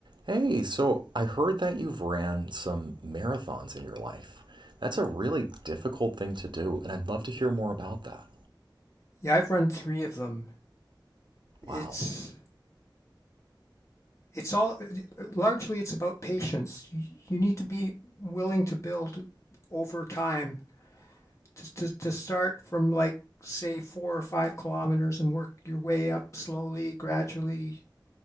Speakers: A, on the right (about 70°); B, on the left (about 35°).
A: Hey, so I heard that you've ran some marathons in your life. That's a really difficult thing to do, and I'd love to hear more about that.
B: Yeah, I've run three of them. It's
A: Wow.
B: it's all largely it's about patience. You, you need to be willing to build over time to, to, to start from like say four or five kilometers and work your way up slowly, gradually